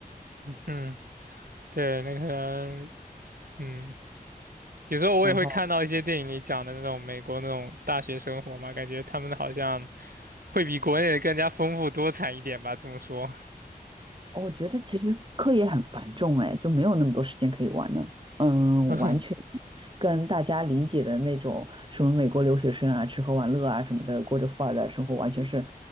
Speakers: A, on the right; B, on the right.
A: 嗯。对，那可能，嗯，有时候我也会看到一些电影里讲的那种美国那种大学生活嘛，
B: <laughs> 然后。
A: 感觉他们好像会比国内的更加丰富多彩一点吧，这么说。
B: 我觉得其实课业很繁重，哎，就没有那么多时间可以玩呢。嗯，
A: <laughs>
B: 完全跟大家理解的那种什么美国留学生啊，吃喝玩乐啊什么的，过着富二代的生活，完全是